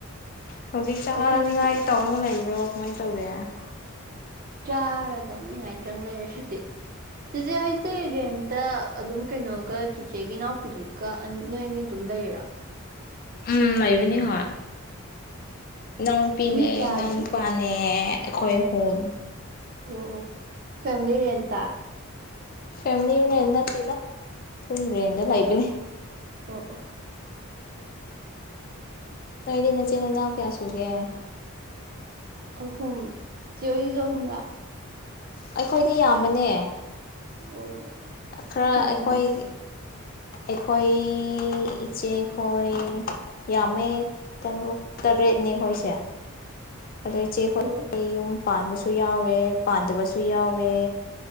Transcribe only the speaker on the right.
ꯑꯩꯈꯣꯏ
<unintelligible> ꯆꯥꯔꯗꯧꯅꯤ ꯉꯥꯏꯇꯪ ꯂꯩꯔꯁꯨꯗꯤ ꯆꯦꯆꯦ ꯍꯣꯏꯁꯦ ꯔꯦꯟꯇ ꯑꯗꯨꯝ ꯀꯩꯅꯣꯒ ꯆꯦꯆꯦꯒꯤ ꯏꯅꯥꯎꯄꯤꯗꯨ ꯒ ꯑꯥ ꯅꯣꯏ ꯑꯅꯤ ꯑꯗꯨꯝ ꯂꯩꯔꫭ
ꯃꯤ ꯀꯌꯥꯒꯤ
ꯑꯣ ꯑꯣ ꯐꯦꯃꯤꯂꯤ ꯔꯦꯟꯇ
ꯑꯣ ꯑꯣ
ꯑꯍꯨꯝ ꯆꯦ ꯍ‌ꯣꯏꯒꯤꯁꯨ ꯑꯍꯨꯝꯂꯥ
ꯑꯣ
ꯀꯌꯥꯅꯣ
ꯑꯣ